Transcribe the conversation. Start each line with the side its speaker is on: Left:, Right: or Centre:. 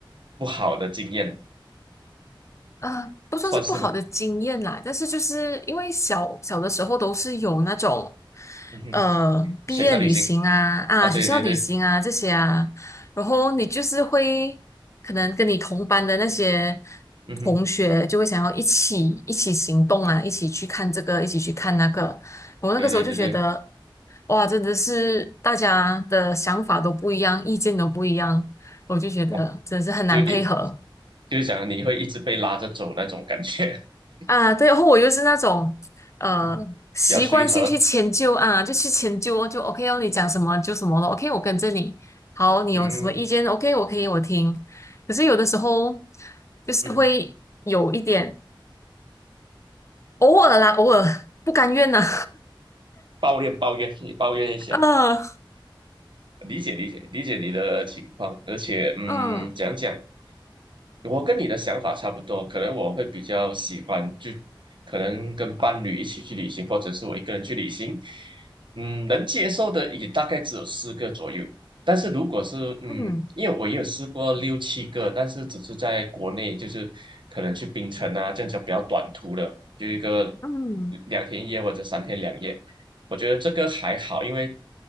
Right: 不好的经验，
Left: 啊，不算是不好的经验啦，
Right: 算是吗？
Left: 但是就是因为小小的时候都是有那种，
Right: 嗯哼，
Left: 呃，毕业旅行啊啊，
Right: 学校旅行啊，对对对，
Left: 学校旅行啊这些啊，然后你就是会可能跟你同班的那些
Right: 嗯哼，
Left: 同学就会想要一起一起行动啊，一起去看这个，一起去看那个，我那个时候就觉得，
Right: 对对对对。
Left: 哇，真的是大家的想法都不一样，意见都不一样，我就觉得真的是很难配合。
Right: 好，就一就是想你会一直被拉着走那种感觉，<laughs>
Left: 啊，对，然后我又是那种呃习惯性去迁就啊，
Right: 嗯，比较随和，
Left: 就去迁就哦就 OK 哦，你讲什么就什么了，OK，我跟着你。好，你有什么意见？OK，
Right: 嗯
Left: 我可以我听。可是有的时候就是会有一点
Right: 嗯，嗯
Left: 偶尔啦，偶尔不甘愿呐、<laughs>
Right: 抱怨抱怨，你抱怨一下，
Left: 嗯
Right: 理解理解理解你的情况，而且嗯，
Left: 嗯
Right: 讲讲我跟你的想法差不多，可能我会比较喜欢，就可能跟伴侣一起去旅行，或者是我一个人去旅行。嗯，能接受的也大概只有四个左右。但是如果是嗯，
Left: 嗯
Right: 因为我也有试过六七个，但是只是在国内，就是可能去槟城啊这样子比较短途的，就一个
Left: 嗯，
Right: 两天一夜或者三天两夜。我觉得这个还好，因为